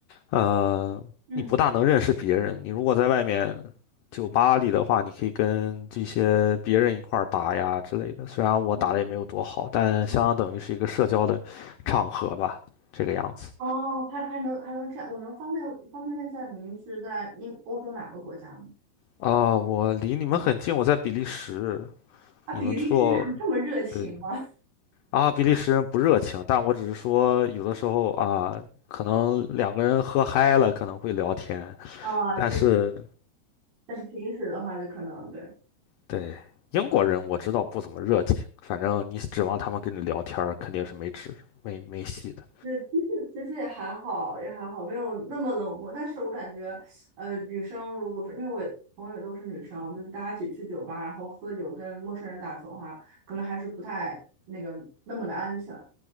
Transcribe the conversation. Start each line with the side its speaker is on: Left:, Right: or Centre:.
Left: 呃，
Right: 嗯。
Left: 你不大能认识别人。你如果在外面酒吧里的话，你可以跟这些别人一块儿打呀之类的。虽然我打的也没有多好，
Right: 嗯
Left: 但相当等于是一个社交的场合吧，这个样子。
Right: 哦，还还能还能这样，我能方便方便问一下您是在那欧洲哪个国家吗？
Left: 啊、我离你们很近，我在比利时。
Right: 啊，
Left: 你们做
Right: 比利时人这么热情吗？
Left: 呃
Right: <laughs>
Left: 啊，比利时人不热情，但我只是说有的时候啊，可能两个人喝嗨了可能会聊天，
Right: 啊，
Left: 但是。
Right: 确实，但是平时的话就可能对，
Left: 对，英国人我知道不怎么热情，反正你指望他们跟你聊天儿肯定是没指没没戏的。
Right: 对，其实其实也还好，也还好，没有那么冷漠。但是我感觉，呃，女生如果说，因为我朋友也都是女生，就是大家一起去酒吧，然后喝酒跟陌生人打球的话，可能还是不太那个那么的安全。